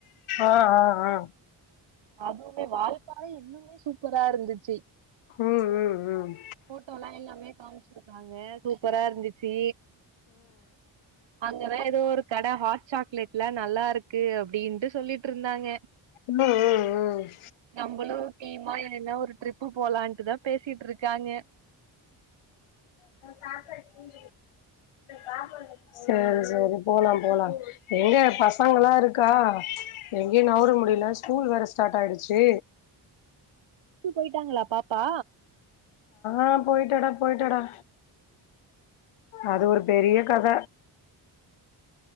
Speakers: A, on the left; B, on the right.
A: ஆ ஆ ஆ
B: அதுமே வால்பாறை இன்னுமே சூப்பரா இருந்துச்சு
A: ம் ம் ம்
B: போட்டோல்லாம் எல்லாமே காமிச்சிருக்காங்க சூப்பரா இருந்துச்சு அங்கதா எதோ ஒரு கட ஹாட் சாக்லேட்லாம் நல்லா இருக்கு அப்டின்ட்டு சொல்லிட்டு இருந்தாங்க
A: ம் ம் ம்
B: நம்மளும் டீமா வேனுன்னா ஒரு ட்ரிப்பு போலான்ட்டுதா பேசிட்டு இருக்காங்க
A: நான் சாப்பாடுக்கேன் சாப்படு சரி சரி போலாம் போலாம் எங்க பசங்கல்லாம் இருக்கா எங்கேயும் நவுர முடியல ஸ்கூல் வேற ஸ்டார்ட் ஆயிடுச்சு
B: ஸ்கூல் போயிட்டாங்களா பாப்பா
A: ஆ போயிட்டடா போயிட்டடா அது
B: எப்டி
A: ஒரு பெரிய
B: போச்சு
A: கத